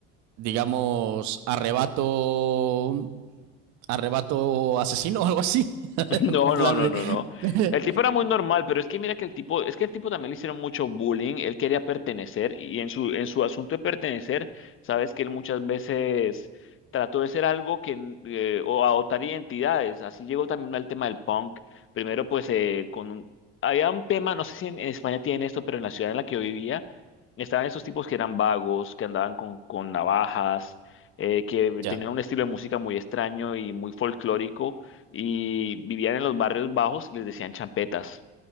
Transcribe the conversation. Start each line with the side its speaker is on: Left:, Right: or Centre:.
Right: digamos, arrebato, arrebato asesino o algo así. <laughs>
Left: <laughs> No,
Right: En plan
Left: no, no,
Right: de...
Left: no, no.
Right: <laughs>
Left: El tipo era muy normal, pero es que mira que el tipo, es que el tipo también le hicieron mucho bullying, él quería pertenecer y en su, en su asunto de pertenecer, sabes que él muchas veces trató de ser algo que, eh, o adoptar identidades, así llegó también al tema del punk, primero pues eh, con un- había un tema, no sé si en, en España tienen esto, pero en la ciudad en la que yo vivía, estaban esos tipos que eran vagos, que andaban con, con navajas, eh, que
Right: Ya,
Left: tenían un estilo de música muy extraño y muy folclórico y vivían en los barrios bajos y les decían champetas.